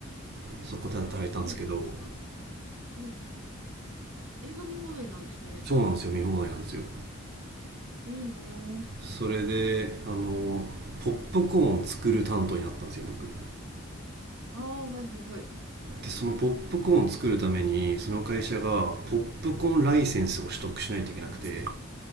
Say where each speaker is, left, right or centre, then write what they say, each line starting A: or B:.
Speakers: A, on the right; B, on the right.
A: そこで働いたんですけどん
B: 映画見放題なんですかうんうんうん。映画見放題なんですね。
A: そうなんですよ見放題なんですよ
B: いいな
A: それであのポップコーン作る担当になったんですよ僕
B: ぁ。ああ、はいはいはい。
A: でそのポップコーン作るためにその会社がポップコーンライセンスを取得しないといけなくて